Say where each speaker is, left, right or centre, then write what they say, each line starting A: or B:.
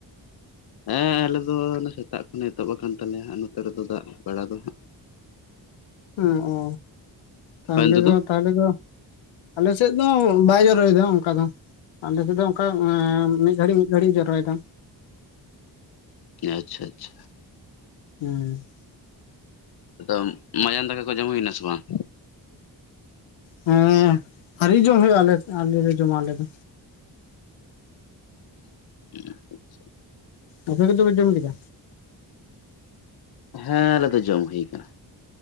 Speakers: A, on the left (about 55°); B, on the left (about 85°).
A: ᱦᱮᱸ ᱟᱞᱮ ᱫᱚ ᱥᱮᱛᱟᱜ ᱠᱷᱚᱱᱮ ᱮᱛᱚᱦᱚᱵ ᱟᱠᱟᱱ ᱛᱟᱞᱮᱭᱟ ᱦᱜ ᱱᱚᱛᱮ ᱨᱮᱫᱚ ᱫᱟᱜ ᱵᱟᱲᱟ ᱫᱚ ᱦᱟᱸᱜ᱾
B: ᱚᱸ ᱚ ᱛᱟᱦᱞᱮ
A: ᱟᱯᱮ ᱚᱱᱛᱮ
B: ᱫᱚ ᱛᱟᱦᱚᱞᱮ ᱫᱚ ᱟᱞᱮᱥᱮᱫ ᱫᱚ ᱵᱟᱭ ᱡᱚᱨᱚᱭᱮᱫᱟ ᱚᱱᱠᱟ ᱫᱚ ᱟᱞᱮᱥᱮᱫᱚ ᱚᱱᱠᱟ ᱢᱤᱹᱜ ᱜᱷᱟᱲᱤᱡ ᱢᱤ. ᱜ ᱜᱷᱟᱟᱹᱲᱤᱡ ᱡᱚᱨᱚᱭᱮᱫᱟ
A: ᱟᱪᱷᱟ ᱟᱪᱪᱷᱟ
B: ᱦᱮᱸ
A: ᱟᱫᱚ ᱢᱟᱭᱟᱱ ᱫᱟᱠᱟ ᱠᱚ ᱡᱚᱢ ᱦᱩᱭᱱᱟ ᱥᱮ ᱵᱟᱝ
B: ᱦᱮᱸ ᱟᱭᱨᱤ ᱡᱚᱢ ᱦᱩᱭᱩᱜᱼᱟ ᱟᱞᱮᱞ ᱞᱮ ᱡᱚᱢᱟ ᱟᱞᱮ ᱫᱚ
A: <unintelligible>
B: ᱟᱯᱮ ᱠᱚᱫᱚ ᱯᱮ ᱡᱚᱢ ᱠᱮᱫᱟ
A: ᱦᱮᱸ ᱟᱞᱮ ᱫᱚ ᱡᱚᱢ ᱦᱩᱭ ᱟᱠᱟᱱᱟ᱾